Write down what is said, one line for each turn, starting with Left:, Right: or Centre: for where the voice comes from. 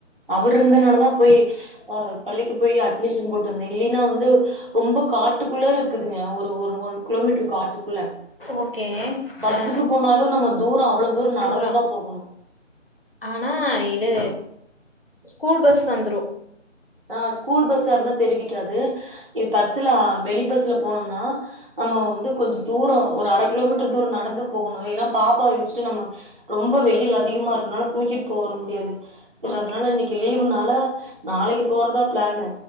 Right: அவர் இர்ந்தனாலதா போய் அ பள்ளிக்கு போய் அட்மிஷன் போட்டு த இல்லின்னா வந்து ரொம்ப காட்டுக்குள்ள இருக்குதுங்க ஒரு ஒரு ஒன் கிலோமீட்டர் காட்டுக்குள்ள
Left: ஓகே
Right: பஸ்க்கு
Left: ஆ
Right: போனாலு நம்ம தூரொ அவ்லோ தூரொ நடந்துதா
Left: தூரோ
Right: போகணு
Left: ஆனா இது ஸ்கூல் பஸ் வந்துரு
Right: ஆ ஸ்கூல் பஸ்ஸா இருந்தா தெரிவிக்காது இது பஸ்லா வெளி பஸ்ல போனம்னா நம்மொ வந்து கொஞ்ச தூரோ ஒரு அர கிலோமீட்டர் தூரோ நடந்து போகணு ஏன்னா பாப்பா வச்சுட்டு நம்ம ரொம்ப வெயில் அதிகமா இருக்கறனால தூக்கிட்டு போர முடியாது சரி
Left: ஓகே
Right: அதுனால இன்னைக்கு லீவ் னால நாளைக்கு போறதா பிளானு